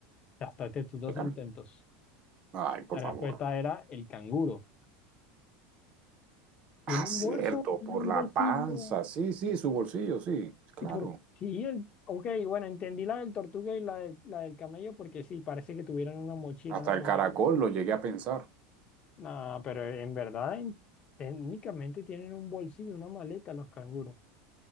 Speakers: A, on the left; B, on the right.
A: hasta estos dos
B: El camello.
A: intentos.
B: Ay, por
A: La respuesta
B: favor.
A: era el canguro. Tiene
B: Ah,
A: un
B: cierto,
A: bolso, tiene
B: por
A: un
B: la
A: bolsillo.
B: panza. Sí, sí, su bolsillo, sí. Claro.
A: Y por sí, el, ok, bueno, entendí la del tortuga y la del, la del camello porque sí, parece que tuvieran una mochila,
B: Hasta
A: una maleta.
B: el caracol lo llegué a pensar.
A: No, pero en verdad, en- técnicamente tienen un bolsillo, una maleta los canguros.